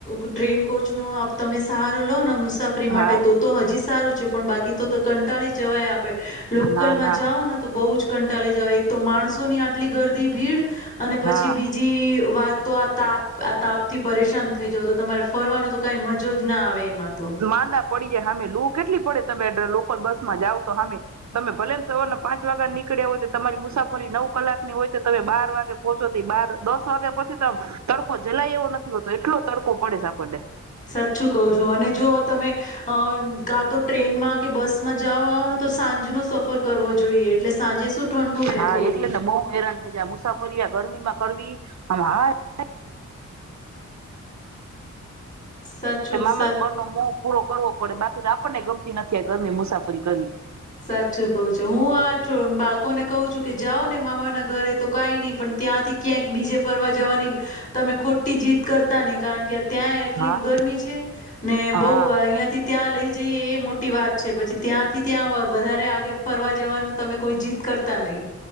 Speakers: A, on the left; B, on the right.
A: ટ્રેન કોચનો તમે સહારો લો નેમ મુસાફરી
B: હા
A: માટે તો તો હજી સારું છે. પણ બાકી તો તો કંટાળી જવાય આપ પે લોકલમાં
B: ના ના
A: જાઓ ન તો બહુ જ કંટાળી જવાય એક તો માણસો ની આટલી ગરદી ભીડ અને પછી
B: હા
A: બીજી વાત તો આ તાપ આ તાપ થી પરેશાન થઈ જાવ તો તમારે ફરવાનો તો કઈ મજો જ ના આવે એમાં. તો
B: માંદા પડી જાય હામે લુ કેટલી પડે. તમે લોકલ બસ માં જાવ તો સામે તમે ભલે ને સવારના પાંચ વાગ્યા નીકળ્યા હોય તો તમારી મુસાફરી નવ કલાક ની હોય તો તમે બાર વાગે પોહોંચો તો બાર દસ વાગ્યા પછી તો તડકો જલાય એવો નથી હોતો એટલો તડકો પડે છે આપણને.
A: સાચું કહ છું અને જો તમે અ કા તો ટ્રેનમાં કે બસ માં જાઓ આવ ને તો સાંજ નો સફર કરવો જોઈએ. એટલે સાંજે શું ઠંડુ રહે
B: હા
A: થોડું
B: એટલે ને બહુ હેરાન થઈ જાય મુસાફરીયા ગરમીમાં કરવી આમાં હાય
A: સાચું
B: તે મામાના
A: સા
B: ઘરનો મોહ પૂરો કરવો પડે બાકી તો આપણનેય ગમતી નથી ગરમી મુસાફરી કરવી.
A: સાચું કું છું હું આ બાળકોને કહું છું કે જાઓ ને મામાના ઘરે. તો કાઈ નહી પણ ત્યાંથી ક્યાંક બીજે ફરવા જવાની તમે ખોટી જીત કરતા નહી કારણ કે ત્યાં એટલી
B: હા
A: ગરમી છે ને
B: હા
A: બહુ અહિયાંથી ત્યાં લઈ જઈએ એ મોટી વાત છે પછી ત્યાંથી ત્યાં વધારે આગે ફરવા જવાનું તમે કોઈ જીત કરતા નહી